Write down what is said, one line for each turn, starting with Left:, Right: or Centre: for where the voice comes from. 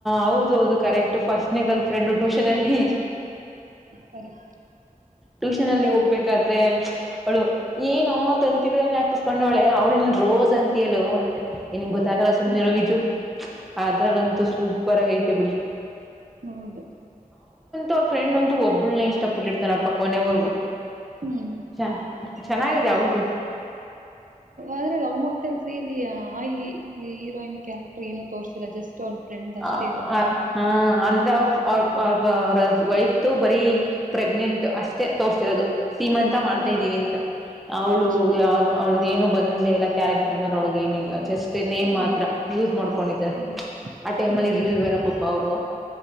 Centre: ಹೌದೌದು ಕರೆಕ್ಟ್ ಫಸ್ಟ ನೆ ಗಲ್ಫ್ರೆಂಡು ಟ್ಯೂಷನ್ ಅಲ್ಲಿ.
Right: ಕರೆಕ್ಟ್
Centre: ಟ್ಯೂಷನ್ ಅಲ್ಲಿ
Right: ಹೌದು
Centre: ಹೋಗ್ಬೇಕಾದ್ರೆ ಅವ್ಳು ಏನೊ ತಂತಿ ಬೇನೆ ಹಾಕ್ಸುಕೊಂದವಳೇ ಅವಳು ನೀನ್ ರೋಜ್ ಅಂತಿಯಲ್ಲೋ ಅಂತೆ <unintelligible> ನಿನ್ ಗೊತ್ತಾಗಲ್ಲ ಸುಮ್ನೆವಿರು
Right: ಹ್ಮ್
Centre: ವಿಜು ಆದದ್ರಲ್ಲ ಅಂತೂ ಸೂಪರ್ ಆಗ್ ಐತೆ ಬಿಡಿ
Right: ಹೌದು
Centre: ಅವ್ರಫ್ರಂಡ್ ಅಂತು ಒಬ್ಬುಲ್ನೇ ಇಷ್ಟಪತಿರ್ತಾರ <unintelligible> ಕೊನೆ ಒರ್ಗು
Right: ಹ್ಮ್
Centre: ಚಾ ಚೆನ್ನಾಗಿದೆ ಅವ್ರ್ದು
Right: ಆದ್ರೆ ಲವ್ ಮೊಕ್ತೇಲ್ ತ್ರಿಯಲಿ ಆ ಈ ಹೀರೋಯಿನ್ ಕ್ಯಾರೆಕ್ಟರ್ ಏನುೂ ತೋರ್ತಿಿಲ್ಲ ಜಸ್ಟ್ ಅವ್ನ್ ಫ್ರೆಂಡ್ ಅಷ್ಟೇ
Centre: ಆ
Right: ಇರೋದು
Centre: ಅ ಹಾ ಅಂದ್ರ ಅವ್ ಅವ್ ಅವ್ರ್ <unintelligible> ವ ವೈಫ್ ತು ಬರೀ ಪ್ರೆಗ್ನೆಂಟ್ ಅಷ್ಟೇ ತೋರ್ಸಿರೊದು ಸೀಮ್ ಅಂತ ಮಾಡ್ತಾಯಿದೀವಿ
Right: ಹ
Centre: ಅಂತ ಅವಳು
Right: ಅಷ್ಟೇ
Centre: ಅವಳ್ದ ಏನು ಬಂದ್ ಎಲ್ಲ ಕ್ಯಾರೆಕ್ಟರ್ ಅರೊಳಗೆ ಏನಿಲ್ಲ ಜಸ್ಟ್ <unintelligible> ನೇಮ್
Right: ಹೌದು
Centre: ಮಾತ್ರ ಯೂಸ್ ಮಾಡ್ಕೊಂಡಿ
Right: ಹ್ಮ್
Centre: ಆ ಟೈಮಲ್ಲಿ
Right: ಹ್ಮ್
Centre: ಇರ್ಲಿಲ್ವೇನಪ್ಪಪ್ಪ ಅವರು